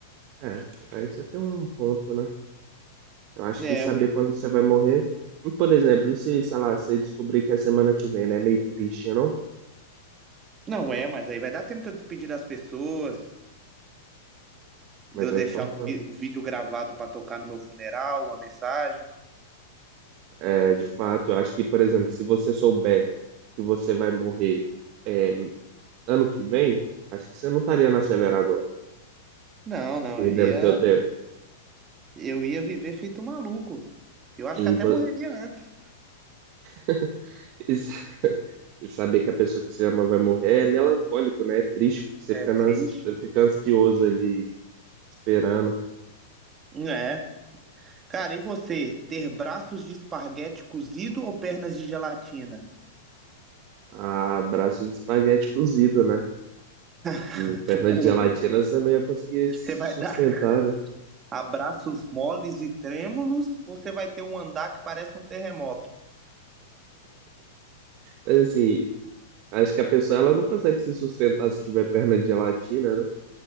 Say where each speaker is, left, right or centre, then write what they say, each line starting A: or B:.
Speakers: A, on the right; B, on the right.
A: É, aí você tem um ponto, né? Eu acho
B: É,
A: que saber
B: Will.
A: quando você vai morrer. E, Por exemplo, e se, sei lá, você descobrir que é semana que vem, né? É meio triste, não?
B: Não é, mas aí vai dar tempo de eu despedir das pessoas, de
A: Mas
B: eu
A: aí
B: deixar
A: torna.
B: um, vi- um vídeo gravado pra tocar no meu funeral, uma mensagem.
A: É, de fato, eu acho que, por exemplo, se você souber que você vai morrer é, ano que vem, acho que você não estaria na Severa agora,
B: Não, não,
A: perdendo
B: eu ia,
A: seu tempo.
B: eu ia viver feito um maluco. Eu acho que
A: E,
B: até
A: vo-
B: morreria antes.
A: <laughs> E, sa- e saber que a pessoa que você ama vai morrer é melancólico, né? É triste, porque você
B: É
A: fica,
B: triste.
A: na- ans- você fica ansioso ali, esperando.
B: É. Cara, e você, ter braços de esparguete cozido ou pernas de gelatina?
A: A braço de espaguete cozido, né?
B: <laughs>
A: E perna
B: Tipo,
A: de gelatina você não ia conseguir
B: você
A: se
B: vai
A: sustentar,
B: dar
A: né?
B: abraços moles e trêmulos ou você vai ter um andar que parece um terremoto?
A: Mas assim, acho que a pessoa ela não consegue se sustentar se tiver perna de gelatina, né?